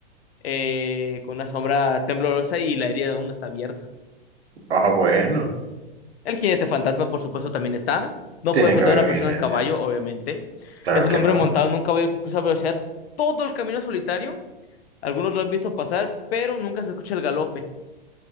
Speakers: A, on the left (about 70°); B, on the right (about 85°).
A: eh, con una sombra temblorosa y la herida aún está abierta.
B: Ah, bueno.
A: El jinete fantasma, por supuesto, también está. No
B: Tiene
A: puede faltar
B: que haber
A: una
B: un
A: persona
B: jinete.
A: en caballo, obviamente.
B: Claro
A: Es un
B: que
A: hombre
B: no.
A: montado en un caballo que cruza a velocidad todo el camino solitario. Algunos lo han visto pasar, pero nunca se escucha el galope.